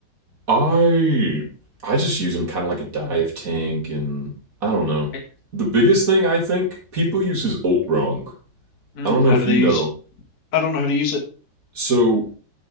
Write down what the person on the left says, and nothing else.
I-
mm,
how
do
they
use I don't know how to use it.